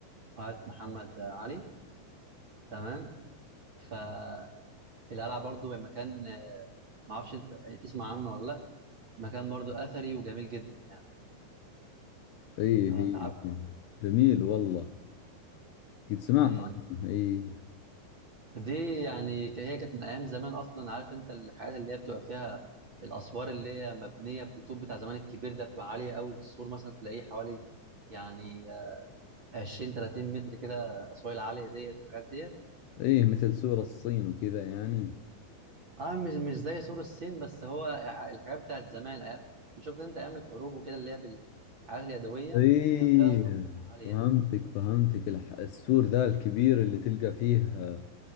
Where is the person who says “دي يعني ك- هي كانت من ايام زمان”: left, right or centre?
Right